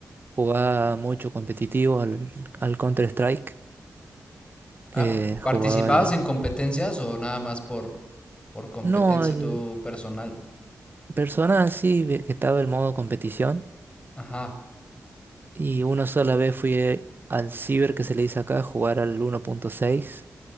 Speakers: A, on the right; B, on the left.
A: Jugaba mucho competitivo al, al Counter-Strike.
B: Ah,
A: eh,
B: ju- ¿participabas
A: jugaba al...
B: en competencias o nada más por, por competencia
A: No, el
B: tu personal?
A: Persona sí, ve- que estaba el modo competición.
B: Ajá,
A: Y una sola vez fui eh, al Ciber que se le dice acá, a jugar al 1.6.